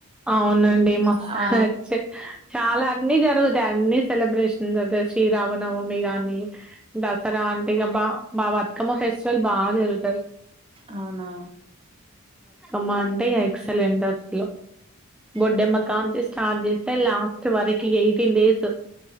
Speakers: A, in the centre; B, on the right (about 25°).
A: అవునండి
B: చెప్
A: మస్త్
B: ఆ
A: చ్చ చాలా అన్ని జరుగుతయి, అన్ని సెలబ్రేషన్ జరుతయి శ్రీరామనవమి గాని, దసరా అంటే ఇగ బా బా బతుకమ్మ ఫెస్టివల్ బాగా జరుగుతది.
B: అవునా
A: అమ్మా అంటే ఎక్సలెంట్ అసలు. బొడ్డెమ్మ
B: మ్మ్
A: కానించి స్టార్ట్ చేస్ లాస్ట్ వరకి ఎయిట్ టీన్ డేస్